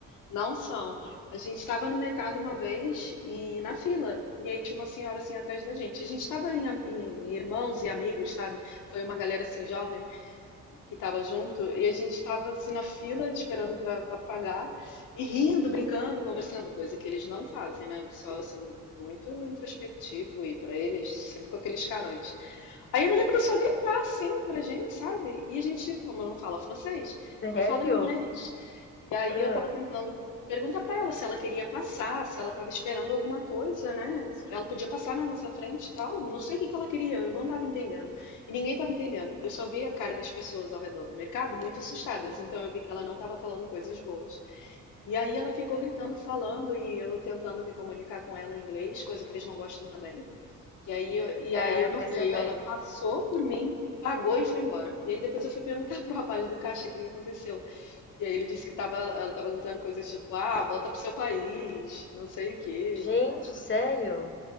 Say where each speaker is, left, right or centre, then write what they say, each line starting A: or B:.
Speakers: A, on the left; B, on the left.
A: não são. A gente estava no mercado uma vez e na fila, e aí tinha uma senhora assim atrás da gente. A gente estava em, am- em irmãos e amigos, sabe? Foi uma galera assim jovem
B: Sim.
A: que estava junto, e a gente estava assim na fila esperando para pagar e rindo, brincando, conversando, coisa que eles não fazem, né? O pessoal assim muito introspectivo e para eles sempre com aqueles carões. Aí a mulher começou a gritar assim pra gente, sabe? E a gente, como eu não falo francês, eu
B: Sério?
A: falo inglês. E aí
B: Ah,
A: eu tava tentando perguntar pra ela se ela queria passar, se ela tava esperando alguma coisa, né? Ela podia passar na nossa frente e tal. Não sei o que que ela queria, eu não tava entendendo. E ninguém tava entendendo. Eu só vi a cara das pessoas ao redor do mercado muito assustadas, então eu vi que ela não tava falando coisas boas. E aí ela ficou gritando, falando, e eu tentando me comunicar com ela em inglês, coisa que eles não gostam também. E aí, eu- e
B: é,
A: aí eu
B: eu
A: não
B: fiquei
A: sei,
B: sabendo.
A: ela passou por mim, pagou e foi embora. E aí depois eu fui perguntar <laughs> pro rapaz do caixa o que que aconteceu. E aí ele disse que tava, ela tava gritando coisas tipo, ah, volta pro seu país, não sei o quê.
B: Gente, sério?